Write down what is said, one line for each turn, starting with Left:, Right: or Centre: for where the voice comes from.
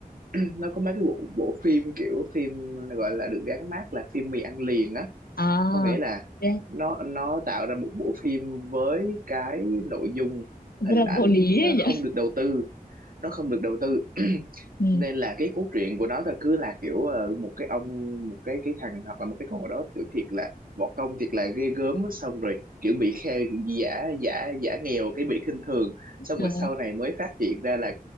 Right: nó có mấy cái bộ bộ phim kiểu phim gọi là được gắn mác là phim mì ăn liền á
Left: À,
Right: có nghĩa là
Left: thế-
Right: nó nó tạo ra một bộ phim với cái nội dung
Left: rất
Right: hình
Left: là
Right: ảnh
Left: vô lý
Right: nó
Left: ấy nhỉ.
Right: không
Left: <laughs>
Right: được đầu tư nó không được đầu tư <clears throat>
Left: Ừ.
Right: nên là cái cốt truyện của nó là cứ là kiểu ờ, một cái ông một cái cái thằng hoặc là một cái con ở đó kiểu thiệt là võ công thiệt là ghê gớm xong rồi kiểu bị khen giả giả giả nghèo cái bị khinh thường xong
Left: Ờ,
Right: rồi sau này mới phát hiện ra là